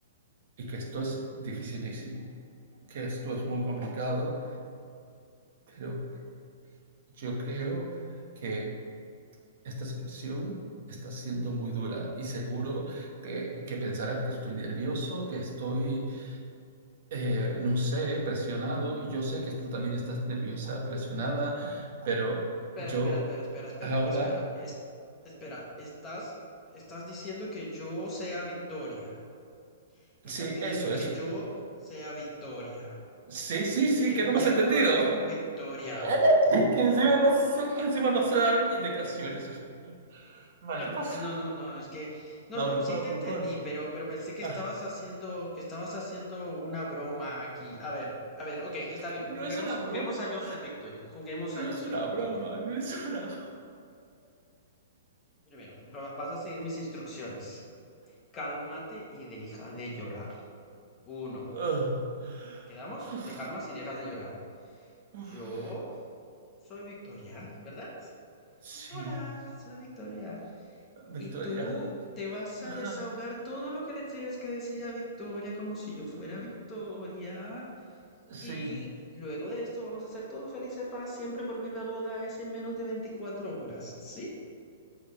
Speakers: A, on the right; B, on the left.
A: y que esto es dificilísimo, que esto es muy complicado, pero yo creo que esta situación está siendo muy dura y seguro que, que pensarás que estoy nervioso, que estoy Eh, no sé, presionado. y Yo sé que tú también estás nerviosa, presionada, pero
B: Espera,
A: yo
B: espera, espera, espera, espera,
A: ahora...
B: espera. es- espera, estás, estás diciendo que yo sea Victoria. Me
A: Sí,
B: estás pidiendo
A: eso,
B: que
A: eso.
B: yo sea Victoria
A: Sí, sí,
B: y
A: sí,
B: que tengo
A: que no me
B: que
A: has
B: actuar
A: entendido.
B: como Victoria.
A: <laughs> Que encima
B: Mm,
A: no sé, encima no sé dar indicaciones.
B: mm,
A: es- Malditas.
B: No, no, no, no, es que, no,
A: Mauro,
B: no, sí
A: Mauro,
B: te entendí,
A: Mauro.
B: pero, pero pensé que
A: Ah,
B: estabas haciendo, que estabas haciendo una broma aquí. A ver, a ver, ok, está bien.
A: que no
B: Juguemos,
A: es una
B: juguemos
A: broma.
B: a yo ser Victoria. Juguemos
A: No
B: a yo
A: es
B: ser
A: una
B: Victoria.
A: broma, no es una...
B: Primero, va- vas a seguir mis instrucciones. Cálmate y deja de llorar. Uno,
A: Ah.
B: ¿quedamos?
A: uf,
B: Te calmas y dejas de llorar.
A: uf.
B: Yo soy Victoria, ¿verdad?
A: Sí,
B: Hola, soy Victoria.
A: Victoria.
B: Y tú te vas a
A: Ajá,
B: desahogar todo lo que le tienes que decir a Victoria como si yo fuera Victoria.
A: Sí.
B: Y luego de esto vamos a ser todos felices para siempre porque la boda es en menos de veinticuatro horas, ¿sí?